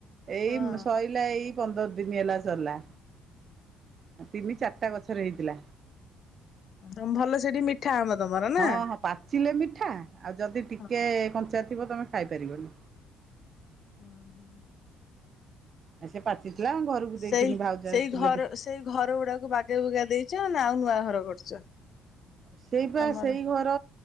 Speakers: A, on the right; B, on the left.
A: ଏଇ
B: ହଁ
A: ଶଇଲା ଏଇ। ପନ୍ଦର ଦିନ ହେଲା ସରିଲା ତିନି ଚାରିଟା ଗଛରେ ହେଇଥିଲା।
B: ତମ ଭଲ ସେଠି ମିଠା ଆମ୍ବ ତମର ନା।
A: ହଁ ହଁ ପାଚିଲେ ମିଠା ଆଉ ଯଦି ଟିକେ
B: ହଁ
A: କଞ୍ଚା ଥିବ ତମେ ଖାଇପାରିବନି।
B: ହଁ ହଁ।
A: ଆ ସେ ପାଚିଥିଲା ଘରକୁ ଦେଇଥିଲି
B: ସେଇ
A: ଭାଉଜା
B: ସେଇ
A: ଆସିଥିଲେ
B: ଘର
A: ଦେ
B: ସେଇ ଘର ଗୁଡାକୁ ବାଗେଇ ବୁଗା ଦେଇଛ ନା ଆଉ ନୂଆ ଘର କରିଛ।
A: ସେଇ ବା
B: ତମର?
A: ସେଇ ଘ ର